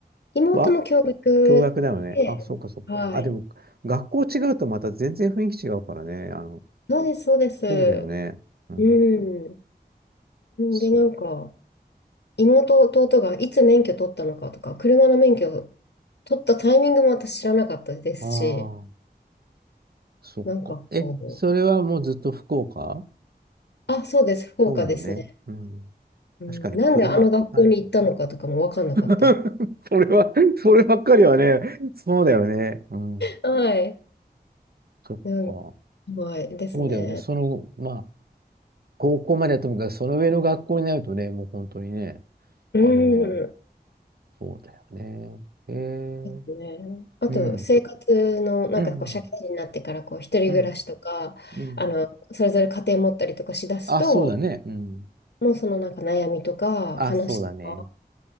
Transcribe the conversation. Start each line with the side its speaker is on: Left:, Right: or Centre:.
Left: 妹も共学で、
Right: は共学だよね。あ、そっかそっか。
Left: はい。
Right: あ、でも、学校違うとまた全然雰囲気違うからね。あの、
Left: そうです、そうです。
Right: そうだよね。うん。
Left: うん。
Right: そっ
Left: で、なんか、妹、弟がいつ免許取ったのかとか、車の免許を取ったタイミングも私知らなかったですし、
Right: ああ、そっか。
Left: なんかこう、
Right: え、それはもうずっと福岡
Left: あ、そうです、福岡ですね。
Right: そうだよね。うん。
Left: うん、
Right: 確かに車、
Left: なんであの学校に行ったのかとかも分かんなかった。
Right: 慣れてる <laughs>
Left: <laughs>
Right: それは、そればっかりはね、そうだよね。うん。
Left: はい。
Right: そっか。
Left: うん、はい、ですね。
Right: そうだよね。その、まあ、高校まではともかく、その上の学校になるとね、もう本当にね、
Left: うん。
Right: あの、そうだよね。へえ。
Left: ね、あと生活のなんかこう社会人になってからこう一人暮らしとかあのそれぞれ家庭持ったりとかしだすと
Right: うん。うん。うん。うん。あ、そうだね。うん。
Left: もうそのなんか悩みとか話とか
Right: あ、そうだね。